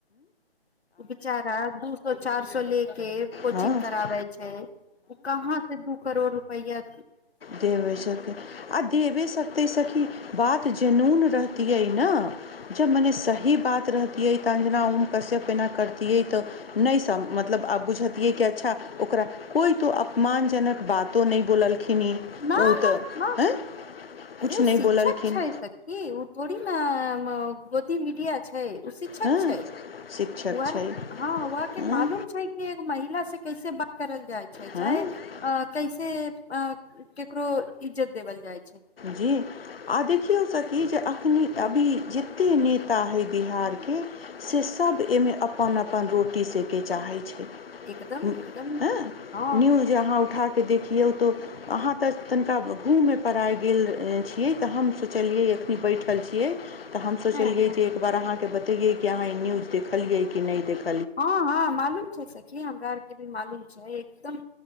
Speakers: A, on the left; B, on the left.
A: ओ बेचारा दू सौ चार सौ ले के कोचिंग
B: हँ
A: कराबै छै ओ कहाँ से दू करोड़ रुपया
B: देवे सकते आ देवे सकते सखी बात जयनून रहतियै न जब मने सही बात रहतियै तऽ अंजना ओम कश्यप ऐना करतियै तऽ नहि सम मतलब आब बुझल ये क्या अच्छा ओकरा कोइ तो अपमानजनक बातो नहि बोललखिन ई
A: न
B: ओ
A: न
B: तऽ
A: न
B: आँय किछु
A: अरे ओ शिक्षक
B: नहि बोललखिन
A: छै सखी ओ थोड़ी न गोदी मीडिया छै छै ओ शिक्षक
B: हँ
A: छै
B: शिक्षक
A: वैह
B: छै
A: ह वैह के
B: हँ
A: मालूम छै कि एगो महिला से कैसे बात करल जाइ छै
B: हँ
A: चाहे आ कैसे अ केकरो इज्जत देवल जाय
B: जी आ देखियौ सखी जे अखनी अभी जते नेता हइ बिहारके से सभ एहिमे अपन अपन रोटी सेके चाहै छै
A: एकदम
B: ह्म
A: एकदम
B: हें
A: हँ
B: न्यूज अहाँ उठा के देखियऔ तो अहाँ त तनिका घूममे पड़ाय गेल छियै त हम सोचलियै एखनी बैठल छियै त हम सोचलियै
A: हँ हँ
B: जे एक बार अहाँके बत देखलियै कि अहाँ ई न्यूज देखलियै कि नहि देख
A: हँ हँ मालूम छै सखी हमरा आर के भी मालूम छै एकदम